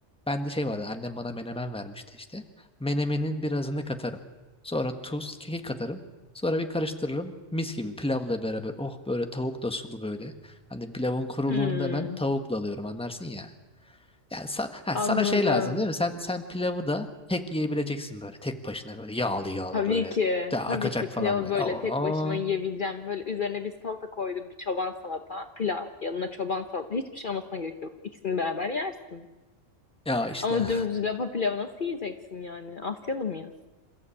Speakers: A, in the centre; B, on the left.
A: bende şey vardı. Annem bana menemen vermişti işte. Menemenin birazını katarım. Sonra tuz, kekik katarım. Sonra bir karıştırırım. Mis gibi pilavla beraber. Oh böyle tavuk da sulu böyle. Hani pilavın kuruluğunu
B: Hı.
A: da ben tavukla alıyorum anlarsın ya. Yani sa- ha,
B: Anladım.
A: sana şey lazım değil mi? Sen sen pilavı da tek yiyebileceksin böyle tek başına böyle yağlı yağlı
B: Tabii
A: böyle.
B: ki.
A: Daha akacak
B: Tabii ki pilavı
A: falan böyle.
B: böyle
A: Oo.
B: tek başıma yiyebileceğim. Böyle üzerine bir salata koydum, bir çoban salata, pilav, yanına çoban salata. Hiçbir şey olmasına gerek yok. İkisini beraber yersin.
A: Ya işte.
B: Ama dümdüz lapa pilavı nasıl yiyeceksin yani? Asyalı mıyız?